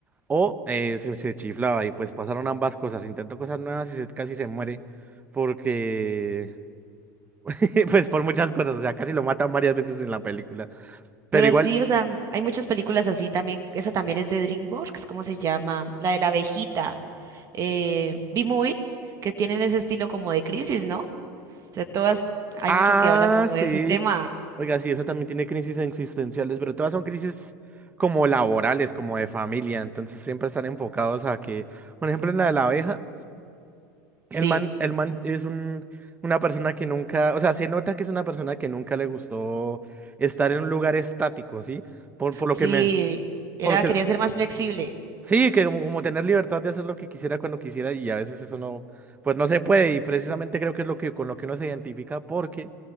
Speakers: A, on the right; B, on the right.
A: o eh, se, se chiflaba y pues pasaron ambas cosas, intentó cosas nuevas y se- casi se muere porque, <laughs> pues por muchas cosas, o sea, casi lo matan varias veces en la película,
B: Pero
A: pero igual...
B: sí, o sea, hay muchas películas así también. Esa también es de DreamWorks, ¿cómo se llama? La de la abejita, eh, B-Movie, que tienen ese estilo como de crisis, ¿no? O sea, todas, hay
A: Ah,
B: muchas que hablan como
A: sí.
B: de ese tema.
A: Oiga, sí, esa también tiene crisis existenciales, pero todas son crisis como laborales, como de familia, entonces siempre están enfocados a que, por ejemplo, en la de la abeja, el
B: Sí.
A: man, el man es un, una persona que nunca, o sea, se nota que es una persona que nunca le gustó estar en un lugar estático, ¿sí? Por, por lo
B: Sí,
A: que me,
B: era,
A: porque,
B: quería ser más flexible.
A: Sí, que como, como tener libertad de hacer lo que quisiera cuando quisiera y a veces eso no, pues no se puede y precisamente creo que es lo que con lo que uno se identifica porque